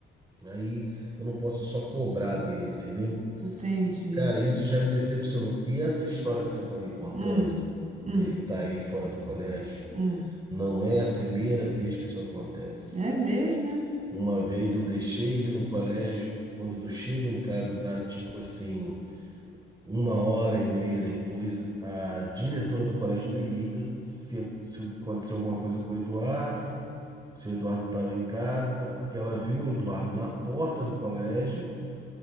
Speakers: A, on the right (about 20°); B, on the right (about 35°).
A: aí eu não posso só cobrar dele, entendeu?
B: Entendi.
A: Cara, isso já me decepcionou. E essa história que você tá me contando,
B: Hum.
A: dele
B: Hum.
A: estar tá aí fora do colégio,
B: Hum.
A: não é a primeira vez que isso acontece.
B: É mesmo, é?
A: Uma vez eu deixei ele no colégio, quando eu chego em casa, dá tipo assim, uma hora e meia depois, a diretora do colégio me liga se, se aconteceu alguma coisa com o Eduardo, se o Eduardo estava em casa, porque ela viu o Eduardo na porta do colégio,